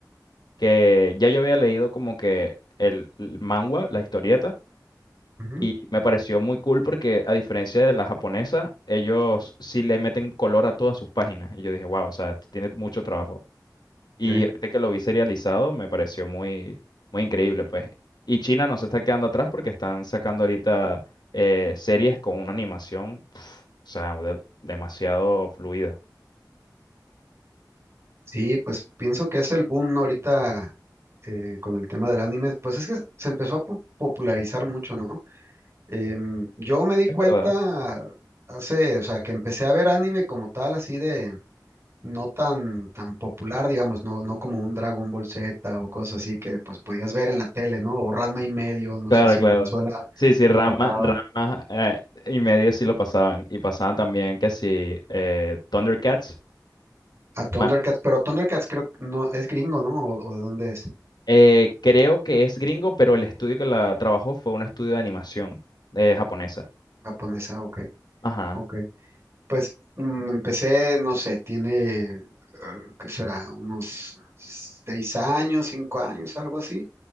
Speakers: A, on the left; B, on the right.
A: que ya yo había leído como que el, el manga, la historieta,
B: ujú,
A: y me pareció muy cool porque a diferencia de la japonesa, ellos sí le meten color a todas sus páginas. Y yo dije, wow, o sea, esto tiene mucho trabajo. Y
B: ok.
A: ahorita que lo vi serializado, me pareció muy, muy increíble, pues. Y China no se está quedando atrás porque están sacando ahorita eh, series con una animación, pf, o sea, de- demasiado fluida.
B: Sí, pues pienso que es el boom ¿no? ahorita eh, con el tema del anime, pues es que se empezó a po- popularizar mucho, ¿no? Em, yo me di cuenta
A: Es verdad.
B: hace, o sea, que empecé a ver anime como tal, así de no tan, tan popular, digamos, no, no como un Dragon Ball Z o cosas así que pues podías ver en la tele, ¿no? O Ranma y medio, no
A: Claro,
B: sé si
A: claro.
B: en Venezuela
A: Sí, sí, Rama,
B: lo pasaban.
A: rama eh, y medio sí lo pasaban. Y pasaban también que sí, eh, Thundercats.
B: A Thundercats,
A: Ma-
B: pero Thundercats creo que no es gringo, ¿no? ¿O, o de dónde es?
A: eh, creo que es gringo, pero el estudio que la trabajó fue un estudio de animación eh, japonesa.
B: Japonesa, ok,
A: Ajá.
B: ok. Pues mm, empecé, no sé, tiene, eh, ¿qué será? Unos seis años, cinco años, algo así.